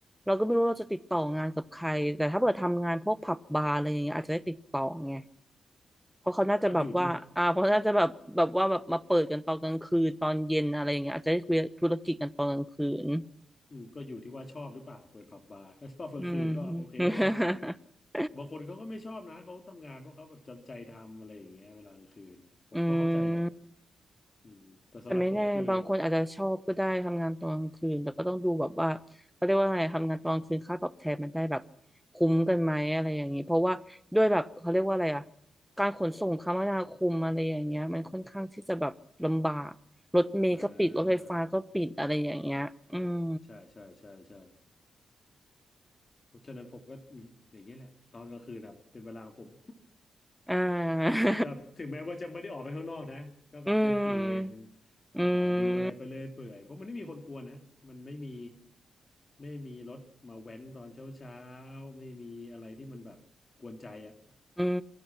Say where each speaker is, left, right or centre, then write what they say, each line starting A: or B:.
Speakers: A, in the centre; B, on the left.
A: เราก็ไม่รู้เราจะติดต่องานกับใครแต่ถ้าเกิดทำงานพวกผับบาร์อะไรอย่างเงี้ยอาจจะได้ติดต่อไงเพราะเขาน่าจะแบบว่าอ่าเพราะน่าจะแบบแบบว่าแบบมาเปิดกันตอนกลางคืนตอนเย็นอะไรอย่างเงี้ยอาจจะได้คุยธุรกิจกันตอนกลางคืน
B: ก็อยู่ที่ อืมก็อยู่ที่ว่าชอบหรือเปล่าเปิดผับบาร์ <laughs> ถ้าชอบกลางคืนก็โอเคครับ
A: อืม <laughs>
B: บางคนเขาก็ไม่ชอบนะเขาทำงานเพราะเขาแบบจำใจทำอะไรอย่างเงี้ยเวลากลางคืนผมก็เข้าใจแหละ
A: อืม
B: อืมแต่สำหรับผมคือ
A: แต่ไม่แน่บางคนอาจจะชอบก็ได้ทำงานตอนกลางคืนแต่ก็ต้องดูแบบว่าเขาเรียกว่าไงทำงานตอนกลางคืนค่าตอบแทนมันได้แบบคุ้มกันไหมอะไรอย่างนี้เพราะว่าด้วยแบบเขาเรียกว่าอะไรอ่ะการขนส่งคมนาคมอะไรอย่างเงี้ยมันค่อนข้างที่จะแบบลำบากรถเมล์ก็ปิดรถไฟฟ้าก็ปิดอะไรอย่างเงี้ยอืม
B: อ่าใช่ใช่ใช่ใช่ เพราะฉะนั้นผมก็อืมอย่างเงี้ยแหละตอนกลางคืนแบบเป็นเวลาของผม
A: อ่า
B: <laughs> แต่ถึงแม้ว่าจะไม่ได้ออกไปข้างนอกนะก็แบบเล่นเกม
A: <laughs> อืม
B: เอ่อดูอะไรไปเรื่อยเปื่อยเพราะมันไม่มีคนกวนนะมันไม่มี
A: อืม
B: ไม่มีรถมาแว้นตอนเช้าเช้าไม่มีอะไรที่มันแบบกวนใจอะ
A: อื